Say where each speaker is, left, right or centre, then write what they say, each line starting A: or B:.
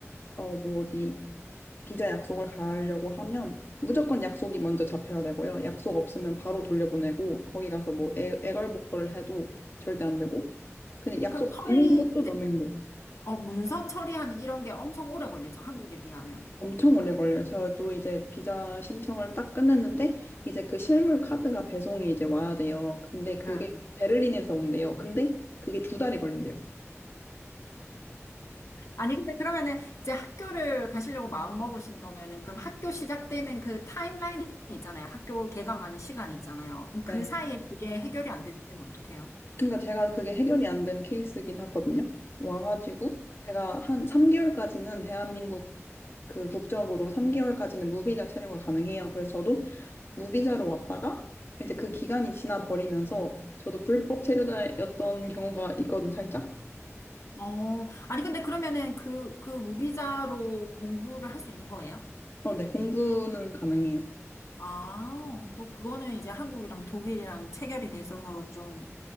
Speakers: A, on the left; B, on the left.
A: 어, 뭐 어디 비자 약속을 가려고 하면 무조건 약속이 먼저 잡혀야 되고요. 약속 없으면 바로 돌려보내고 거기 가서 뭐 애, 애걸복걸을 해도 절대 안 되고 근데 약속
B: 그럼 처리,
A: 잡는 것도 너무 힘들어요.
B: 어, 문서 처리하는 이런 게 엄청 오래 걸리죠. 한국에 비하면.
A: 엄청 오래 걸려요. 저도 이제 비자 신청을 딱 끝냈는데 이제 그 실물 카드가 배송이 이제 와야 돼요. 근데 그게
B: 네.
A: 베를린에서 온대요. 근데 그게 두 달이 걸린대요.
B: 아니, 근데 그러면은 이제 학교를 가시려고 마음 먹으신 거면은 그럼 학교 시작되는 그 타임라인이 있잖아요. 학교 개강하는 시간 있잖아요. 그럼 그
A: 네.
B: 사이에 그게 해결이 안 되면 어떡해요?
A: 그러니까 제가 그게 해결이 안 된 케이스긴 하거든요. 와가지고 제가 한 3개월까지는 대한민국 그 국적으로 3개월까지는 무비자 체류가 가능해요. 그래서 저도 무비자로 왔다가 이제 그 기간이 지나 버리면서 저도 불법 체류자였던 경우가 있거든요, 살짝.
B: 어, 아니, 근데 그러면은 그, 그 무비자로 공부를 할 수 있는 거예요?
A: 어, 네, 공부는 가능해요.
B: 아, 또 그거는 이제 한국이랑 독일이랑 체결이 돼 있어서 좀